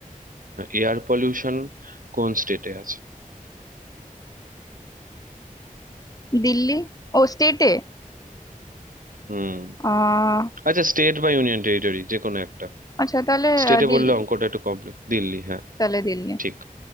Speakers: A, on the right (about 70°); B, on the left (about 25°).
A: এয়ার পলিউশন কোন স্টেটে আছে
B: দিল্লি ও স্টেটে
A: হুম
B: আহ
A: আচ্ছা স্টেট বা ইউনিয়ন টেরিটরি যে কোনো একটা
B: আচ্ছা তাহলে
A: স্টেটে
B: আহ, দিল্লি
A: বললে অঙ্কটা একটু কমপ্লেক্স দিল্লি হ্যাঁ
B: তাহলে দিল্লি
A: ঠিক